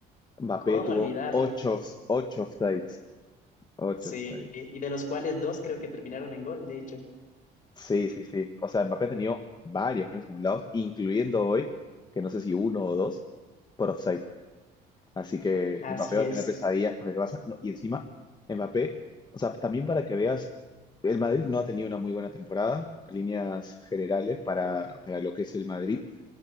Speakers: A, on the left (about 25°); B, on the left (about 50°).
A: Mbappé
B: ¿Cómo
A: tuvo
B: olvidarlo?
A: ocho, off- ocho offsides. Ocho
B: Sí,
A: offsides.
B: y de los cuales dos creo que terminaron en gol, de hecho.
A: Sí, sí, sí. O sea, Mbappé ha tenido varios goles anulados, incluyendo hoy, que no sé si uno o dos, por offside. Así que
B: Así
A: Mbappé va
B: es,
A: a tener pesadillas con el Barça. No, y encima, Mbappé, o sea, también para que veas, el Madrid no ha tenido una muy buena temporada, a líneas generales, para, para lo que es el Madrid.